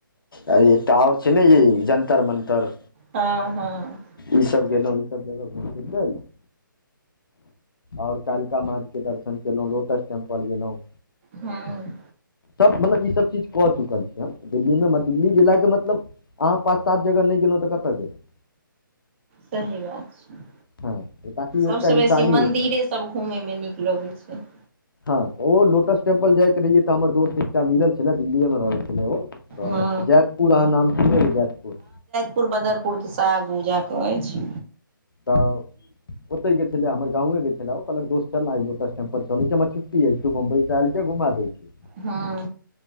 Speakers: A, on the left; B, on the right.
A: आ एकटा आओर छै ने ई जन्तर मंतर
B: हँ हँ
A: ई सब गेलहुं ई सब जगह घुम बुझलिय ने <unintelligible> और कालिका माँ के दर्शन केलहु लोटस टेम्पल गेलहुँ
B: हँ
A: सभ मतलब ईसभ चीज कऽ चुकल छी हम दिल्लीमे दिल्ली गेलाके मतलब अहाँ पाँच सात जगह नहि गेलहुँ तऽ कत गेलहुँ
B: सही बात छै
A: हँ ताकि
B: सबस
A: एकटा
B: बेसी
A: निशानी
B: मंदिरे
A: होइ छै
B: सब घूमय मे नीक लगै छै
A: हँ ओ लोटस टेम्पल जाइ रहियै तऽ हमर दोस्त एकटा मिलल छलै दिल्लीएमे रहै हेलोजैतपुर
B: हँ
A: अहाँ नाम सुनै जैतपुर
B: पूुरबदरपुर केसँ आगू जाकऽ अछि
A: तब ओतै ग गेल छले हमर गांव ग गेल छले ओ कहलक दोस चल न लोटसटेमपल चल हमर छुटी तू मुंबईसँ आहल घुमा दै छी
B: हँ